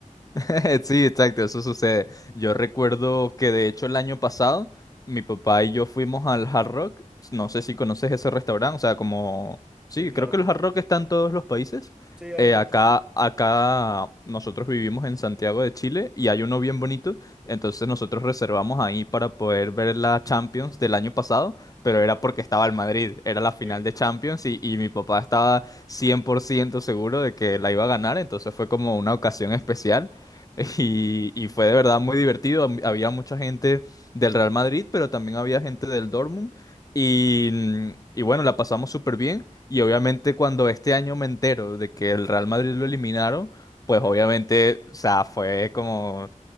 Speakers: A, on the left; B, in the centre.
A: <laughs> Sí, exacto, eso sucede. Yo recuerdo que de hecho el año pasado mi papá y yo fuimos al Hard Rock. No sé si conoces ese restaurante, o sea, como... Sí,
B: Sí, claro.
A: creo que el Hard Rock está en todos los países.
B: Sí, hay
A: Eh,
B: muchos.
A: acá,
B: pues,
A: acá nosotros vivimos en Santiago de Chile y hay uno bien bonito. Entonces nosotros reservamos ahí para poder ver la Champions del año pasado, pero era porque estaba el Madrid, era la final
B: sí,
A: de Champions y, y mi papá estaba 100% seguro de que la iba a ganar, entonces fue como una ocasión especial.
B: <laughs>
A: Y, y fue de verdad muy divertido. Am- Había mucha gente del Real Madrid, pero también había gente del Dortmund. Y, mm, y bueno, la pasamos súper bien. Y obviamente cuando este año me entero de que el Real Madrid lo eliminaron, pues
B: sí,
A: obviamente, o sea, fue como